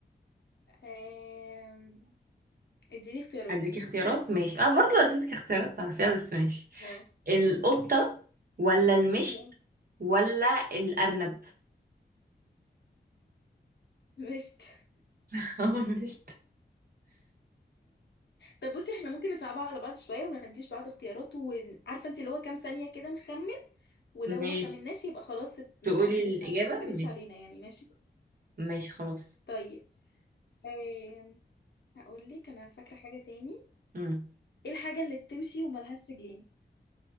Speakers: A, on the left; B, on the right.
A: آم... اديني اختيارات
B: اديك اختيارات ماشي انا برضو اديتك اختيارات تعرفيها بس ماشي
A: اه
B: القطة ولا المشت
A: تمام
B: ولا الأرنب
A: مشت
B: <laughs> مش
A: طب بصي احنا ممكن نصعبها على بعض شوية وما نديش بعض اختيارات وعارفة انت اللي هو كام ثانية كده نخمن ولو
B: ماشي
A: ما خمناش يبقى خلاص ات-
B: تقولي
A: ما اتحسبت
B: الإجابة
A: ما اتحسبتش
B: ماشي
A: علينا يعني ماشي
B: ماشي خلاص
A: طيب آم... هقول لك انا فاكره حاجه تاني
B: مم.
A: ايه الحاجه اللي بتمشي وملهاش رجلين